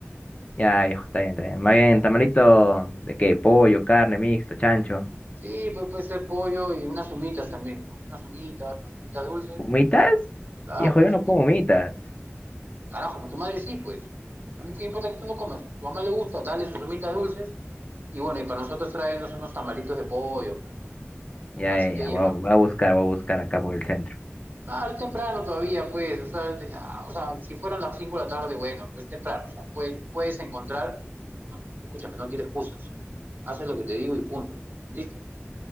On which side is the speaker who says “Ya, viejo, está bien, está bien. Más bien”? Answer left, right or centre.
Left